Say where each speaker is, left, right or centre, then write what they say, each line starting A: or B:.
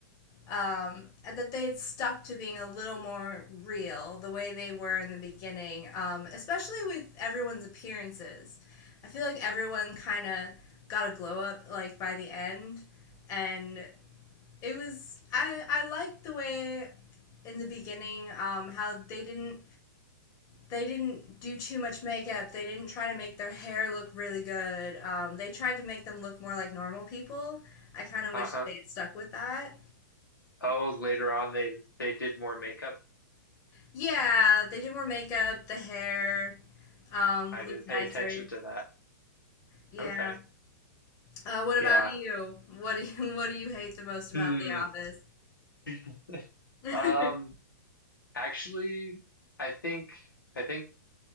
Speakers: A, on the left (about 30°); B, on the left (about 80°).
A: um, that they had stuck to being a little more real the way they were in the beginning, um, especially with everyone's appearances. I feel like everyone kind of got a glow up like by the end, and it was I I liked the way in the beginning um, how they didn't they didn't do too much makeup. They didn't try to make their hair look really good. Um, they tried to make them look more like normal people. I kind of
B: Uh
A: wish that
B: huh.
A: they had stuck with that.
B: Oh, later on they they did more makeup.
A: Yeah, they did more makeup, the hair, um,
B: I
A: looked
B: didn't
A: nicer.
B: pay attention to that.
A: Yeah.
B: Okay.
A: Uh, what about
B: Yeah.
A: you? What do you <laughs> what do you hate the most about
B: Hmm.
A: The Office?
B: <laughs>
A: <laughs>
B: um. Actually, I think I think